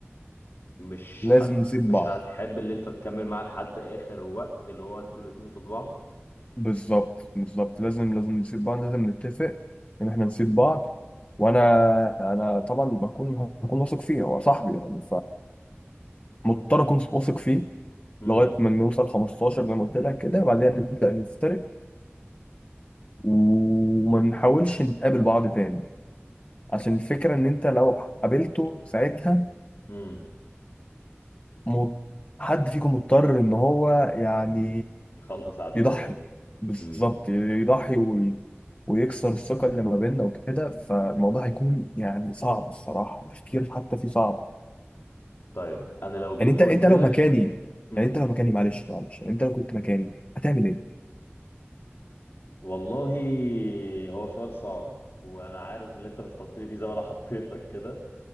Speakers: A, on the left; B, on the left.
A: مش
B: لازم
A: هت
B: نسيب
A: مش
B: بعض
A: هتحب اللي انت تكمل معاه لحد اخر وقت اللي هو انتوا الاتنين قصاد بعض
B: بالظبط بالظبط
A: مم.
B: لازم لازم نسيب بعض لازم نتفق ان احنا نسيب بعض وانا انا طبعا بكون هكون واثق فيه هو صاحبي يعني فمضطر اكون واثق فيه
A: مم.
B: لغايه ما نوصل 15 زي ما قلت لك كده بعدين نبدا نفترق وما نحاولش نقابل بعض تاني عشان الفكره ان انت لو قابلته ساعتها
A: مم.
B: م- حد فيكم مضطر ان هو يعني
A: يخلص على التاني
B: يضحي بالظبط
A: مم.
B: يضحي وي... ويكسر الثقة اللي ما بيننا وكده فالموضوع هيكون يعني صعب الصراحة تفكير حتى فيه صعب
A: طيب انا لو جيت
B: يعني انت
A: قلت
B: انت لو
A: لك
B: مكاني
A: مم.
B: يعني انت لو مكاني معلش معلش يعني انت لو كنت مكاني هتعمل ايه؟
A: والله هو سؤال صعب وانا عارف اللي انت بتحط لي فيه زي ما انا حطيتك كده